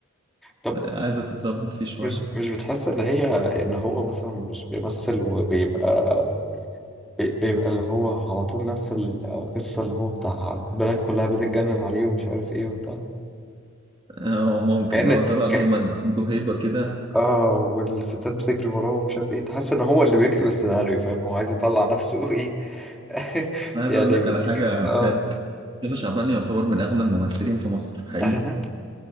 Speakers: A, in the centre; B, on the right.
A: طب
B: عايزة تتظبط فيه شوية
A: مش مش بتحس ان هي ان هو مثلا مش بيمثل وبيبقى بي- بيبقى اللي هو على طول نفس القصه اللي هو بتاع البنات كلها بتتجنن عليه ومش عارف ايه وبتاع
B: اه ممكن
A: كأن
B: هو طلع دايما
A: ك...
B: عنده هيبة كده
A: اه والستات بتجري وراه ومش عارف ايه تحس ان هو اللي بيكتب السيناريو فاهم هو عايز يطلع نفسه ايه <laughs>
B: انا عايز
A: يعني
B: اقول لك
A: ب-
B: على حاجة
A: ج- اه
B: بجد مصطفى شعبان يعتبر من اغنى الممثلين في مصر حقيقي
A: اغنى